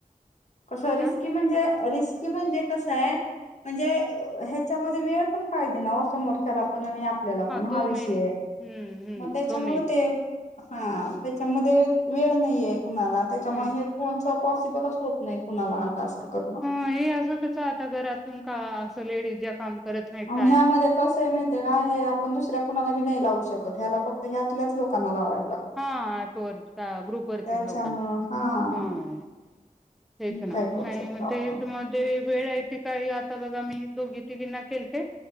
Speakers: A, on the left; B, in the centre.
A: कस रिस्की
B: का
A: म्हणजे रिस्की म्हणजे कसय म्हणजे अ ह्य त्यामधे वेळ पण पाहिजे ना ओ समोरच्याला <unintelligible> पण आणि आपल्याला पण
B: तो
A: हा विषय
B: मेन हम्म हम्म
A: म त्याच्यामुळ
B: तो मेन
A: ते हा त्याच्यामधे वेळ नाहीये कुणाला त्याच्यामुळे
B: हा
A: हे फोन सब पॉसिबलच होत नाही कुणाला हा टास्क करणं
B: हां हे असंच <unintelligible> <unintelligible> च आता घरातून का अस लेडीज ज्या काम करत नाहीत
A: अनं
B: काय
A: ह्यामधे कसंय हे माहितये का हे आ पण दुसऱ्या कुणालाबी नाही लावू शकत ह्याला फक्त ह्यातल्याच लोकांना लावाय
B: हा ऍपवरच्या ग्रुप वरच्याच
A: त्याच्यामुळं
B: लोकांना
A: हा
B: हअ तेच ना
A: काय करू
B: नाही
A: शकतो
B: म
A: आपण
B: तेच म जे वेळ ये ते कार्यत त बघा मी दोघी तिघींना केलते